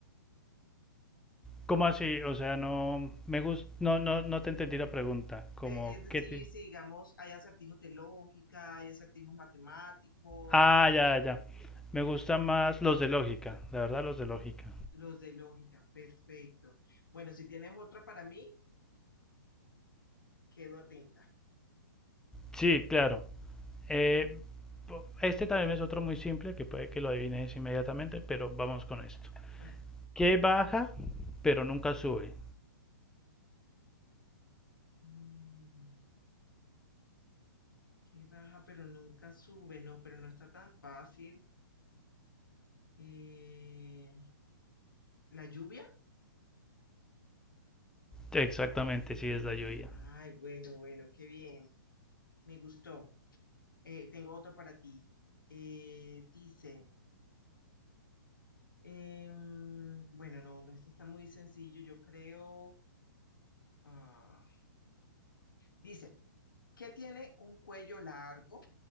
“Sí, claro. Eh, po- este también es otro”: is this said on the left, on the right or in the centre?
Centre